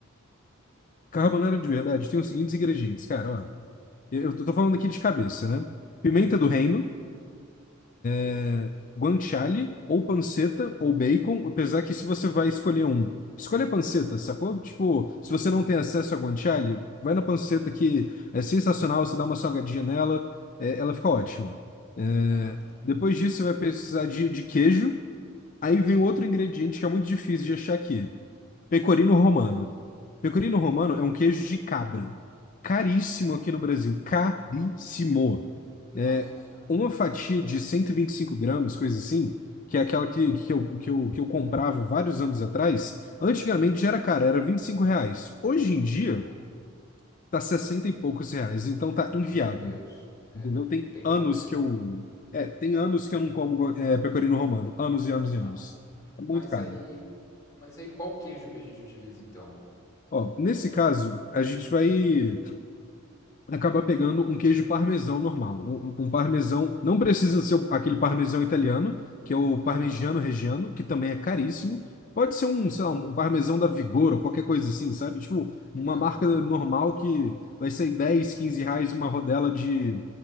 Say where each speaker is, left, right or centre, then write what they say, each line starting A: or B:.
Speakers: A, on the left; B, on the left.
A: Carbonara de verdade tem os seguintes ingredientes, cara, ó. Eu tô falando aqui de cabeça, né? Pimenta
B: Uhum,
A: do reino,
B: ok.
A: é, guanciale, ou panceta, ou bacon, apesar que se você vai escolher um, escolha a panceta, sacou? Tipo, se
B: Uhum.
A: você não tem acesso a guanciale, vai na panceta que é sensacional, você dá uma salgadinha nela, é, ela fica ótima. É,
B: Aham.
A: depois disso, você vai precisar de, de queijo, aí vem
B: Sim.
A: outro ingrediente que é muito difícil de achar aqui. Pecorino romano. Pecorino romano é um queijo de cabra. Caríssimo aqui no Brasil. Caríssimo.
B: Nossa
A: É
B: senhora.
A: uma fatia de cento e e vinte e cinco gramas, coisa assim, que é aquela que, que, eu, que, eu, que eu comprava vários anos atrás. Antigamente já era cara, era 25 reais. Hoje em dia,
B: Aham.
A: tá 60 e poucos reais. Então tá inviável.
B: Meu Deus. É,
A: Entendeu?
B: não, não
A: Tem
B: tem como
A: anos
B: mesmo,
A: que eu.
B: não.
A: É, tem anos que eu não como é, pecorino romano. Anos e anos e
B: Aham.
A: anos. É muito
B: Mas
A: caro.
B: aí. Mas aí qual queijo que a gente utiliza então?
A: Ó, nesse caso, a gente vai. acabar pegando um queijo parmesão normal. Um, um- um parmesão, não precisa ser o- aquele parmesão italiano, que é o parmigiano
B: Aham.
A: reggiano, que também é caríssimo. Pode ser um, sei lá, um parmesão da Vigor ou qualquer coisa assim, sabe? Tipo, uma
B: Aham.
A: marca normal que vai sair 10 15 reais uma rodela de